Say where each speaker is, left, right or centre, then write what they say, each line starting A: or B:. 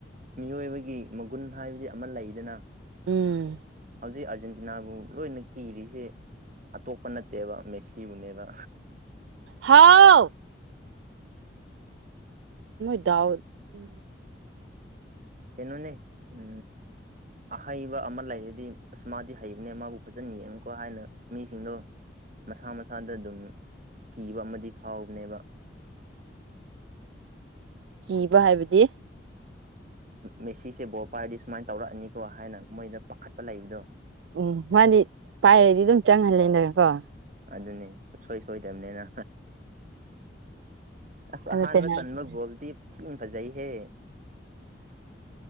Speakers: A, on the right; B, on the right.
A: ꯃꯤꯑꯣꯏꯕꯒꯤ ꯃꯒꯨꯟ ꯍꯥꯏꯕꯗꯤ ꯑꯃ ꯂꯩꯗꯅ
B: ꯎꯝ
A: ꯍꯧꯖꯤꯛ ꯑꯥꯔꯖꯦꯟꯇꯤꯅꯥꯕꯨ ꯂꯣꯏꯅ ꯀꯤꯔꯤꯁꯤꯦ ꯑ ꯇꯣꯞꯄ ꯅꯠꯇꯦꯕ ꯃꯤꯁ ꯏꯕꯨꯅꯦꯕ
B: ꯍꯥꯎ ꯃꯣꯏꯗꯥꯎ ꯎ
A: ꯀꯩꯅꯣꯅꯦ ꯎ ꯑꯍꯩꯕ ꯑꯃ ꯂꯩꯔꯗꯤ ꯑꯁ ꯃꯥꯗꯤ ꯍꯩꯕꯅꯦ ꯃꯥꯕꯨ ꯐꯖꯅ ꯌꯦꯡꯉꯨꯀꯣ ꯍꯥꯏꯅ ꯃꯤꯁꯤꯡꯗꯣ ꯃꯁꯥ ꯃꯁꯥꯗ ꯑꯗꯨꯝ ꯀꯤꯕ ꯑꯃꯗꯤ ꯐꯥꯎꯕꯅꯦꯕ
B: ꯀꯤꯕ ꯍꯥꯏꯕꯗꯤ
A: ꯃꯦꯁꯤꯁꯦ ꯕꯣꯜ ꯄꯥꯏꯔꯗꯤ ꯁꯨꯃꯥꯏꯅ ꯇꯧꯔꯛꯑꯅꯤꯀꯣ ꯍꯥꯏꯅ ꯃꯣꯏꯗ ꯄꯥꯈꯠꯄ ꯂꯩꯕꯗꯣ
B: ꯎꯝ ꯃꯥꯗꯤ ꯄꯥꯏꯔꯗꯤ ꯑꯗꯨꯝ ꯆꯪꯍꯜꯂꯦꯅ ꯀꯣ
A: ꯑꯗꯨꯅꯤ ꯁꯨꯡꯁꯣꯏ ꯁꯣꯏꯗꯕꯅꯤꯅ ꯑ
B: ꯑꯗꯨ
A: ꯑꯍꯥꯟ
B: ꯄꯦꯅꯥꯜꯇꯤ
A: ꯃ ꯆꯟꯃ ꯣꯜꯗꯤ ꯊ ꯐꯖꯥꯏꯍꯦ